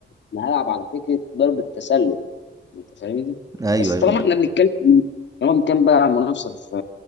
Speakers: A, on the left (about 70°); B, on the right (about 20°).
A: انا هلعب على فكره ضرب التسلل انت فاهمني
B: ايوه
A: بس
B: ايوه
A: طالما
B: لا،
A: احنا بنتكلم طالما بنتكلم بقى عن منافسه في